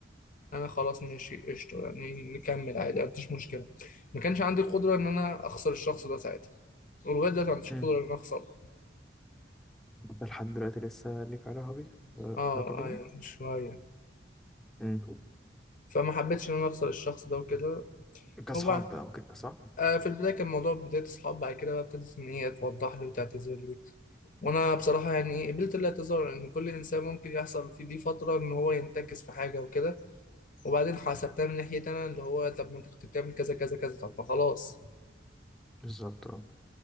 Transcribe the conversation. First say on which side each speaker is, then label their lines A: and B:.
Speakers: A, on the left (about 45°); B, in the centre.
A: انا خلاص ماشي قشطه يعني نكمل عادي ما عنديش مشكله ما كانش عندي القدره ان انا اخسر الشخص ده ساعتها ولغايه دلوقتي ما عنديش
B: امم
A: قدره ان انا اخسره
B: ده لحد دلوقتي لسه ليك علاقه بيها آه،
A: اه
B: علاقه بيها
A: ايوه شويه
B: امم
A: فما حبيتش ان انا اخسر الشخص ده وكده
B: كاصحاب
A: وبعد
B: بقى وكده صح
A: آه في البدايه كان موضوع بدايه اصحاب بعد كده بقى ابتدت ان هي توضح لي وتعتذر لي وانا بصراحه يعني إيه، قبلت الاعتذار ان كل انسان ممكن يحصل في دي فتره ان هو ينتكس في حاجه وكده وبعدين حسبتها من ناحيتي انا اللي هو طب ما انت كنت بتعمل كذا كذا كذا طب فخلاص
B: بالظبط اه